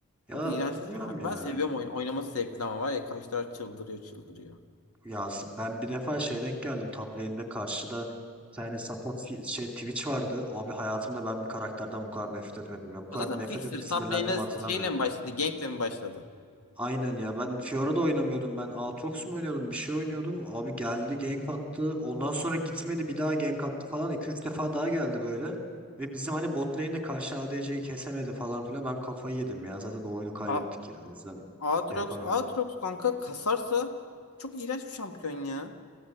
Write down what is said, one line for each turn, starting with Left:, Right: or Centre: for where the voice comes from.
Centre: Ya
Left: iğrenç
Centre: bilmiyorum
Left: bir şey. ama
Centre: ya.
Left: Ben seviyorum oyun. Oynaması zevkli ama var ya kaç taraf çıldırıyor çıldırıyor.
Centre: Ya ben bir defa şey denk geldim. Top lane'de karşıda bir tane support fi- şey Twitch vardı. Abi hayatımda ben bir karakterden bu kadar nefret etmedim ya. Bu kadar
Left: O zaten
Centre: nefret
Left: Fixer
Centre: edip sinirlendiğimi
Left: top lane'e
Centre: hatırlamıyorum
Left: şeyle mi başladı?
Centre: ya.
Left: Gank'le mi başladı?
Centre: Aynen ya ben Fiora'da oynamıyordum ben Aatrox mu oynuyordum bir şey oynuyordum abi geldi gank attı ondan sonra gitmedi bir daha gank attı falan iki üç defa daha geldi böyle ve bizim hani bot lane'de karşı ADC'yi kesemedi falan filan ben kafayı yedim ya zaten o oyunu kaybettik
Left: A
Centre: ya o yüzden
Left: Aatrox,
Centre: şey yapamıyorum.
Left: Aatrox kanka kasarsa çok iğrenç bir şampiyon ya.